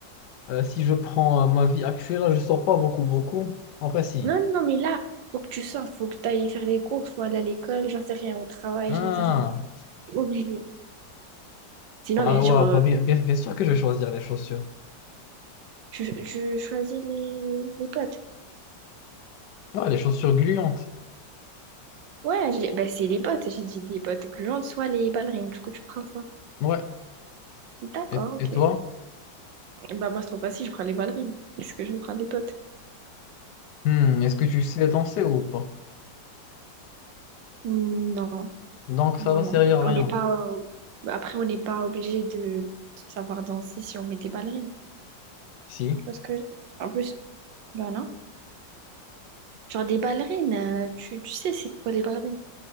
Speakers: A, on the left; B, on the right.
A: euh, si je prends euh, ma vie actuelle, là, je sors pas beaucoup, beaucoup. En vrai, si.
B: Non, non, mais là, faut que tu sortes, faut que tu ailles faire les courses, faut aller à l'école, j'en sais rien, au travail,
A: Ah,
B: j'en sais rien. T'es Obligé. Sinon,
A: bah,
B: bien sûr,
A: ouais,
B: euh,
A: bah, bien, bien, bien sûr que je vais choisir les chaussures.
B: je, je choisis les, les potes.
A: Ouais, les chaussures gluantes.
B: Ouais, j'ai- bah, c'est les potes, j'ai dit des potes gluantes, soit les ballerines, du coup, tu prends ça.
A: Ouais.
B: D'accord,
A: Et,
B: ok.
A: et toi?
B: Bah, moi, c'est trop facile, je prends les ballerines. Est-ce que je prends les potes?
A: Hmm, est-ce que tu sais danser ou pas?
B: Non,
A: Donc
B: non,
A: ça va servir
B: non.
A: à
B: On
A: rien.
B: n'est pas, euh, bah, Après, on n'est pas obligé de, de savoir danser si on met des ballerines.
A: Si.
B: Tu vois ce que je veux dire? En plus, bah non. Genre des ballerines, euh, tu, tu sais c'est quoi les ballerines?